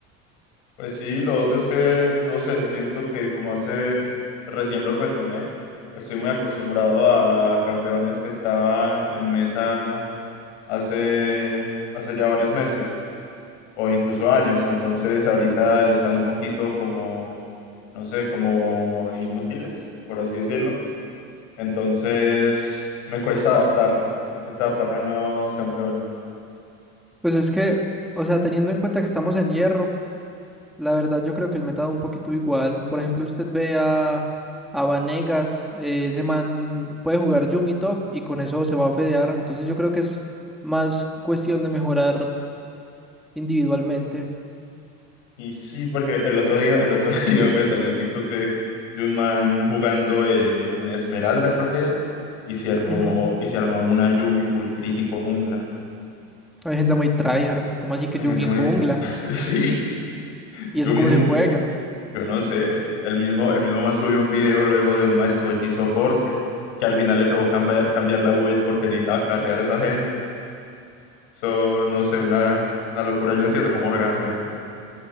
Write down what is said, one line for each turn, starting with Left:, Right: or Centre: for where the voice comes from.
Left: Pues sí, lo otro es que, no sé, siento que como hace recién los retomé, estoy muy acostumbrado a campeones que estaban en meta hace, hace ya varios meses o incluso años, entonces ahorita están un poquito como, no sé, como inútiles, por así decirlo. Entonces me cuesta adaptarme, me cuesta adaptarme a nuevos campeones.
Centre: Pues es que, o sea, teniendo en cuenta que estamos en hierro. La verdad, yo creo que el meta da un poquito igual. Por ejemplo, usted ve a, a Vanegas, eh, ese man puede jugar Yumi top y con eso se va a fedear. Entonces, yo creo que es más cuestión de mejorar individualmente.
Left: Y sí, porque el otro día, el otro <laughs> día me salió un TikTok de, de un man jugando en, en Esmeralda, creo que era, y se armó,
Centre: Ujú.
Left: y se armó una Yumi full crítico jungla.
Centre: Hay gente muy tryhard, como así que
Left: Hay
Centre: Yumi
Left: gente muy...
Centre: jungla?
Left: enf- <laughs> Sí, Yumi
Centre: ¿Y eso cómo
Left: jungla.
Centre: se juega?
Left: Yo no sé. El mismo, el mismo man subió un video luego de un maestro Yi soporte, que al final le tocó camba- cambiar la build porque necesitaba carrear a esa gente. Eso, no sé, una, una locura. Yo no entiendo cómo juega la gente.